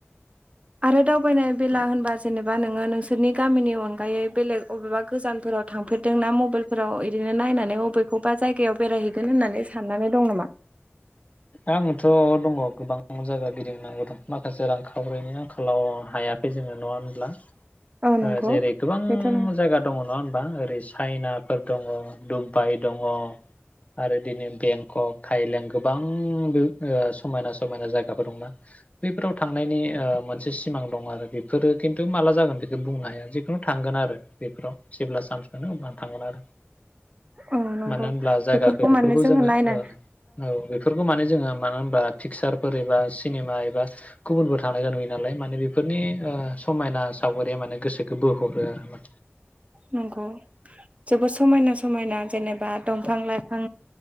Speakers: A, on the right; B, on the left.
A: आरो दावबायनाय बेला होनबा जेनेबा नोङो नोंसोरनि गामिनि अनगायै बेलेग अबेबा गोजानफोराव थांफेरदों ना मबाइलफोराव बिदिनो नायनानै बबेखौबा जायगायाव बेरायहैगोन होननानै साननानै दं नामा
B: आङोथ' दङ गोबां जायगा गिदिंनांगौ द माखासे रांखावरिनि आंखालाव हायाखै जोङो नङा होनब्ला
A: औ नंगौ
B: ओ जेरै गोबां
A: बेथ' नं
B: जायगा दङ नङा होन बा ओरै चाइनाफोर दङ दुबबाई दङ आरो दिनो बेंकक थाइलें गोबां बै ओ समायना समायना जायगाफोर दंना बैफोराव थांनायनि ओ मोनसे सिमां दं आरो बेफोरो खिन्थु माला जागोन बेखौ बुंनो हाया जिखुनु थांगोन आरो बेफोराव जेब्ला सान्स मोनो अब्लानो थांगोन आरो
A: औ नंगौ
B: मानो होनब्ला जायगाखौ
A: बेफोरखौ माने जोङो नायना
B: ओ औ बेफोरखौ माने जोङो मानो होनबा पिकसारफोर एबा सिनेमा एबा गुबुनफोर थांनायखौ नुैयो नालाय माने बेफोरनि ओ समायना सावगारिया माने गोसोखौ बोहरो आरो मा
A: नंगौ जोबोद समायना समायना जेनेबा दंफां लाइफां